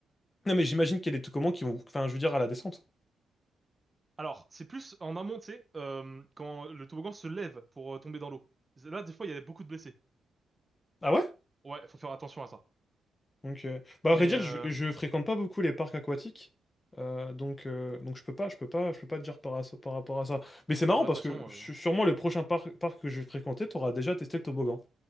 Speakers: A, on the left; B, on the right.
A: Non mais j'imagine qu'il y a des tocommans qui vont. Enfin je veux dire à la descente.
B: Alors, c'est plus en amont, tu sais, euh, quand le toboggan se lève pour euh, tomber dans l'eau. Là, des fois, il y a beaucoup de blessés.
A: Ah ouais?
B: Ouais, faut faire attention à ça.
A: Donc euh, bah
B: Mais
A: à vrai dire
B: euh,
A: je, je fréquente pas beaucoup les parcs aquatiques. Euh, donc euh, donc je peux pas je peux pas je peux pas te dire par, à ça- par rapport à ça. Mais c'est marrant
B: ouais, de toute
A: parce
B: façon.
A: que su-
B: euh,
A: sûrement le prochain par- parc que je vais fréquenter t'auras déjà testé le toboggan.